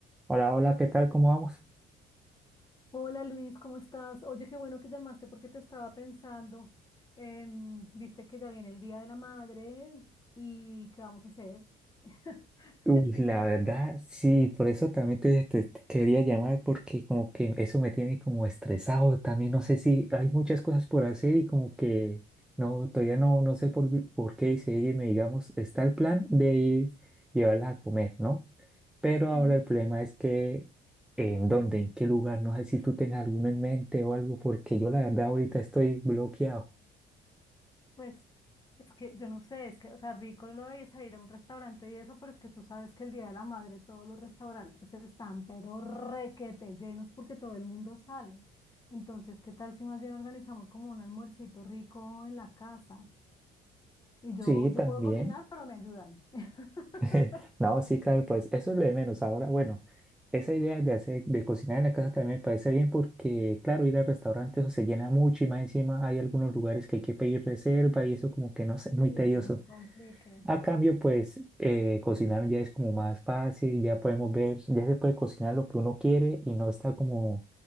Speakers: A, in the centre; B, on the left.
A: Hola, hola, ¿qué tal? ¿Cómo vamos?
B: Hola Luis, ¿cómo estás? Oye, qué bueno que llamaste porque te estaba pensando. em, viste que ya viene el Día de la Madre y ¿qué vamos a hacer? <laughs>
A: Uy,
B: Tenemos
A: la verdad,
B: que...
A: sí, por eso también te, te- te quería llamar porque como que eso me tiene como estresado. También no sé si hay muchas cosas por hacer y como que no, todavía no, no sé por, por qué seguirme, digamos, está el plan de ir llevarla a comer, ¿no? Pero ahora
B: Ujú.
A: el problema es que en dónde, en qué lugar, no sé si tú tengas alguno en mente o algo, porque yo la verdad ahorita estoy bloqueado.
B: Pues es que yo no sé, es que, o sea, rico lo de salir a un restaurante y eso, pero es que tú sabes que el Día de la Madre todos los restaurantes están, pero requete llenos porque todo el mundo sale. Entonces, ¿qué tal si más bien organizamos como un almuercito rico en la casa? Y yo,
A: Sí,
B: yo
A: también.
B: puedo cocinar, pero me ayudan. <laughs>
A: <laughs> No, sí, claro, pues eso es lo de menos. Ahora, bueno, esa idea de hacer, de cocinar en la casa también me parece bien porque, claro, ir al restaurante eso se llena mucho y más encima hay algunos lugares que hay que pedir reserva y eso como que no sé,
B: Y
A: muy tedioso.
B: eso es un complique.
A: A cambio, pues eh, cocinar ya es como más fácil, ya podemos ver, ya se puede cocinar lo que uno quiere y no está como,